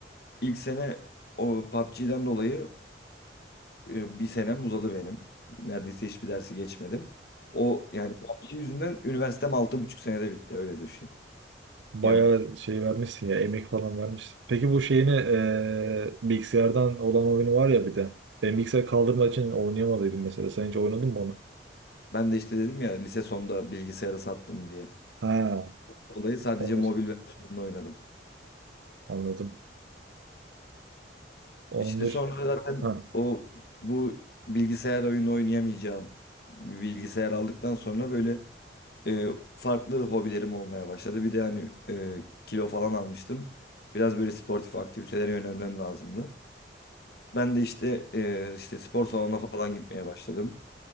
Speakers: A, on the left; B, on the right.
A: İlk sene o PUBG'den dolayı e, bir senem uzadı benim. Neredeyse hiçbir dersi geçmedim. O yani PUBG yüzünden üniversitem altı buçuk senede bitti öyle düşün.
B: Bayağı
A: Yani
B: şey vermişsin ya emek falan vermişsin. Peki bu şeyini eee, bilgisayardan olan oyunu var ya bir de. Ben bilgisayar kaldırmak için oynayamadıydım mesela. Sen hiç oynadın mı onu?
A: Ben de işte dedim ya lise sonunda bilgisayarı sattım diye.
B: Ha,
A: Dolayı sadece
B: onu
A: mobil versiyonunu oynadım.
B: Anladım. Onun
A: İşte
B: dış...
A: sonra zaten
B: Ha.
A: o bu bilgisayar oyunu oynayamayacağım bir bilgisayar aldıktan sonra böyle e, farklı hobilerim olmaya başladı. Bir de hani e, kilo falan almıştım. Biraz böyle sportif aktivitelere yönelmem lazımdı. Ben de işte e, işte spor salonuna falan gitmeye başladım.